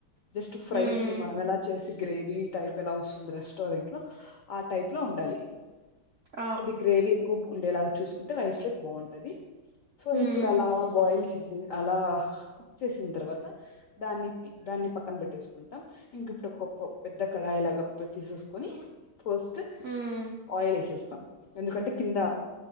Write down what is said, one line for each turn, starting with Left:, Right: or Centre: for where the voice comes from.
Left: జస్ట్ ఫ్రై
Right: ఉమ్
Left: ఇప్పుడు మనం ఎలా చేసి గ్రేవీ టైప్ ఎలా. ఒస్సుంది రెస్టారెంట్ లొ ఆ టైప్ లో ఉండాలి
Right: ఆ
Left: కొద్ది గ్రేవీ ఎక్కువ ఉండేలాగా చూసుకుంటే రైస్ లోక్ బాగుంటది సో
Right: ఉమ్
Left: ఇప్పుడు అలా బాయిల్ చేసి అలా కుక్ చేసిన్ తర్వాత దాన్ని తి పక్కన బెట్టేసుకుంటం, ఇంక ఇంప్పుడు కొ కొ పెద్ద కడాయి లాగా పె తీసేసుకొని ఫస్ట్.
Right: ఉమ్
Left: ఆయిల్ ఏసేస్తాం ఎందుకంటే కింద